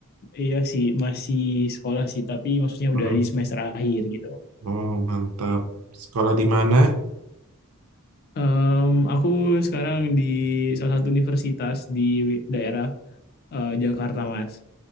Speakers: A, on the left (about 45°); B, on the right (about 85°).
A: iya sih, masih sekolah sih, tapi maksudnya
B: Hmm.
A: udah di semester akhir gitu.
B: Oh mantap. Sekolah di mana?
A: Em, aku sekarang di salah satu universitas di daerah eh, Jakarta Mas.